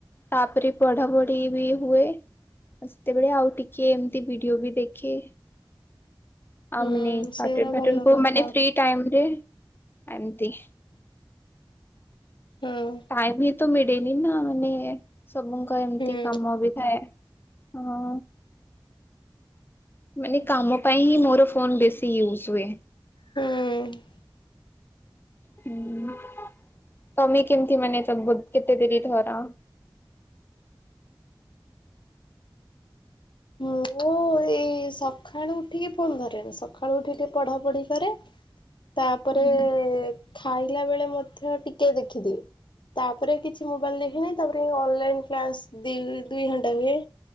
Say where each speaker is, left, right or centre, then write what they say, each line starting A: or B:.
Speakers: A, on the left (about 25°); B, on the left (about 70°).
A: ତାପରେ ପଢା ପଢି ବି ହୁଏ। ସେତେବେଳେ ଆଉ ଟିକେ ଏମିତି ଭିଡିଓ ବି ଦେଖେ। ଆଉ
B: ହୁଁ
A: ମାନେ
B: ସେଗୁରା
A: ଆଟେଣ୍ଡ ଫାଟନଡ୍
B: ଭଲ
A: କରୁନା
B: କଥା
A: କି, ମାନେ ଫ୍ରି ଟାଇମ୍ ରେ ଏମତି।
B: ହଁ
A: ଟାଇମ୍ ହିଁ ତ ମିଳେନି ନା ମାନେ ସବୁଙ୍କ ଏମିତି
B: ହୁଁ।
A: କାମ ବି ଥାଏ। ହଁ। ମାନେ କାମ ପାଇଁ ହିଁ ମୋର ଫୋନ ବେଶୀ ୟୁଜ ହୁଏ।
B: ହଁ।
A: ହୁଁ। ତମେ କେମିତି ମାନେ କେତେ ଦିନି ଧର?
B: ମୁଁ ଏଇ ସକାଳୁ ଉଠିକି ଫୋନ୍ ଧରେନି, ସକାଳୁ ଉଠିକି ଟିକେ ପଢା ପଢି କରେ ତାପରେ
A: ହୁଁ
B: ଖାଇଲା ବେଳେ ମଧ୍ୟ ଟିକେ ଦେଖିଦିଏ। ତାପରେ କିଛି ମୋବାଇଲ ଦେଖିନାହିଁ, ତାପରେ ଅନଲାଇନ କ୍ଲାସ ଦି ଦିଘଣ୍ଟା ହୁଏ।